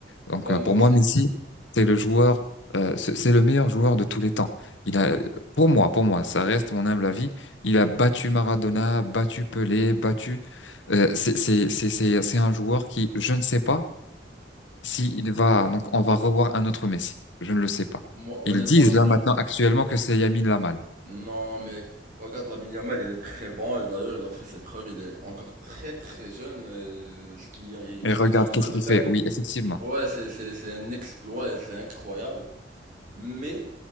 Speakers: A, on the left (about 85°); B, on the right (about 50°).
A: Donc
B: Bah,
A: euh,
B: moi
A: pour
B: aussi.
A: moi, Messi, c'est le joueur, euh, c'est c'est le meilleur joueur de tous les temps. Il a, pour moi, pour moi, ça reste mon humble avis. Il a battu Maradona, battu Pelé, battu. euh, c'est c'est c'est c'est c'est un joueur qui, je ne sais pas. Si il va, donc on va revoir un autre Messi. Je ne le sais pas.
B: Moi, honnêtement,
A: Ils disent
B: je
A: là
B: ne.
A: maintenant actuellement que c'est Yamin Lamal.
B: Non, mais regarde, Lamine Yamal, il est très bon. Et d'ailleurs, il a fait ses preuves. Il est encore très, très jeune. euh, ce qui ce
A: Et regarde
B: qu'il est en train
A: qu'est-ce
B: de
A: qu'il
B: faire.
A: fait. Oui, effectivement.
B: Ouais, c'est, c'est, c'est un exploit et c'est incroyable. Mais,